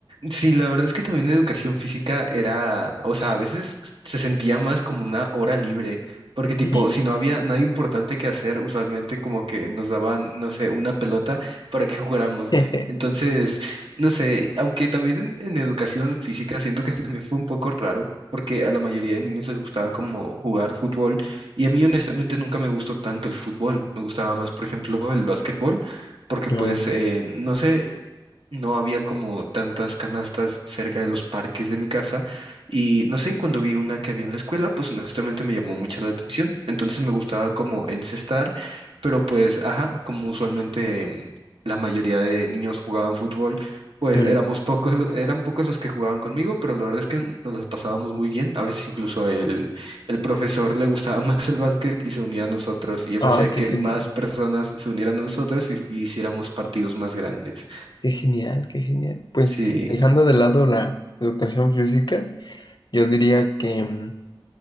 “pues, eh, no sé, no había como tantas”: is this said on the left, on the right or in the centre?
Right